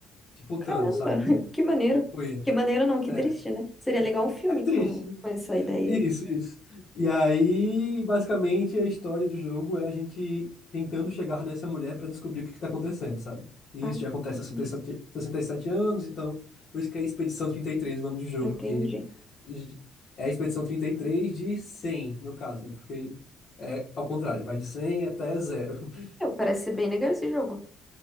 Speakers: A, on the left; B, in the centre.
A: Tipo o Thanos,
B: Caramba,
A: sabe?
B: <laughs> que maneiro.
A: Poeira.
B: Que maneiro não, que
A: É,
B: triste, né? Seria legal um filme
A: é triste.
B: com, com essa ideia
A: Isso,
B: aí.
A: isso. E aí, basicamente, a história do jogo é a gente tentando chegar nessa mulher pra descobrir o que que tá acontecendo, sabe? E
B: Ah,
A: isso já acontece
B: entendi.
A: há sessenta e sete sessenta e sete anos, então por isso que é Expedição 33 o nome do jogo,
B: Entendi.
A: que j- é a Expedição 33 de 100 no caso, né? Porque é ao contrário, vai de 100 até zero. <laughs>
B: É, parece ser bem legal esse jogo.